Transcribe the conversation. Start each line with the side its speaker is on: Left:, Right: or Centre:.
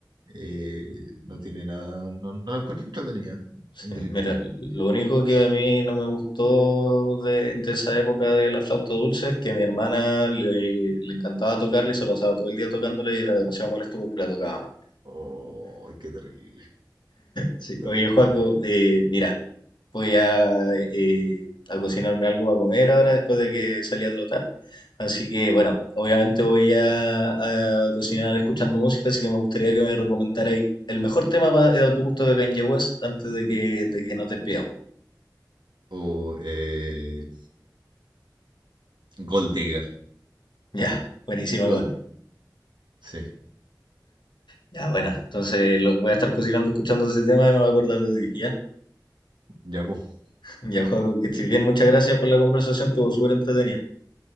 Right: eh, no tiene nada, no, no la encuentro entretenida,
Left: sí.
Right: en definitiva.
Left: Mira, lo único que
Right: Sí.
Left: a mí no me gustó de, de esa época de la flauta dulce es que a mi hermana le, le encantaba tocarla y se pasaba todo el día tocándola y era demasiado molesto porque la tocaba mal.
Right: Oh, qué terrible,
Left: Sí.
Right: qué terrible.
Left: Oye, Joaco, eh, mira, voy a, eh, a cocinarme algo para comer ahora después de que salí a trotar. Así que, bueno, obviamente voy a, a cocinar escuchando música, así que me gustaría que me recomendarais el mejor tema para, a tu gusto de Kanye West antes de que, de que nos despidamos.
Right: O eh, Gold Digger,
Left: Ya, buenísima
Right: Gold,
Left: igual.
Right: sí,
Left: Ya, bueno, entonces lo- voy a estar cocinando escuchando ese tema y me voy a acordar de ti, ¿ya?
Right: ya vos.
Left: Ya, Joaco, que estés bien, muchas gracias por la conversación, estuvo súper entretenida.